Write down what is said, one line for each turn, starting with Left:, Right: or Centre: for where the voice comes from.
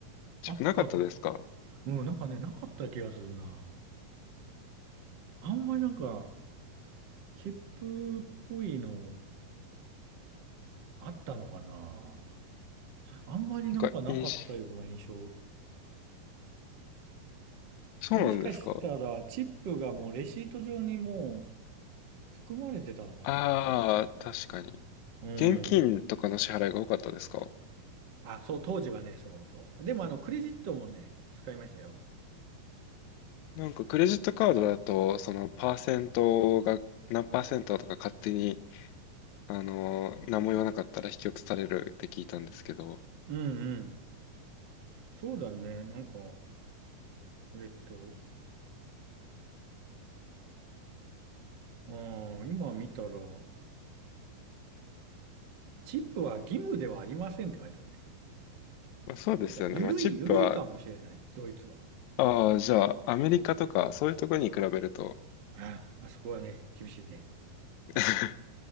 Left: チップなかったですか
Right: あった、うん、なんかね、なかった気がするな。あんまりなんか、チップっぽいのあったのかなあんまりなんかなかったような印象。
Left: なんか、印象、そうなんですか
Right: もしかしたら、チップがもうレシート上にもう含まれてたのかな
Left: ああー、確かに。
Right: うん。
Left: 現金とかの支払いが多かったですか
Right: あ、そう、当時はね、そうそう。でもあの、クレジットもね、使いましたよ。
Left: なんかクレジットカードだと、そのパーセントが何パーセントとか勝手に、あの何も言わなかったら引き落とされるって聞いたんですけど、
Right: うんうん。そうだね、なんか、えっと、うん、今見たら、チップは義務ではありませんって書いてあるね。
Left: まあ、そうですよね。
Right: だから、ゆるい、
Left: まあ、チップは、
Right: ゆるいかもしれない、ドイツは。
Left: ああ、じゃあアメリカとかそういうところに比べると、
Right: ああ、あそこはね、厳しいね。
Left: <laughs>